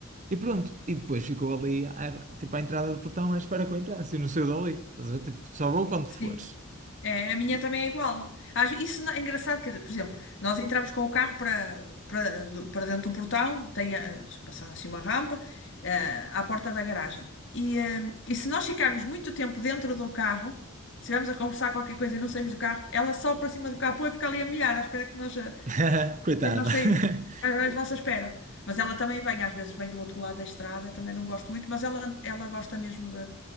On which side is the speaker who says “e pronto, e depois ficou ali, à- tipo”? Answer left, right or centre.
Right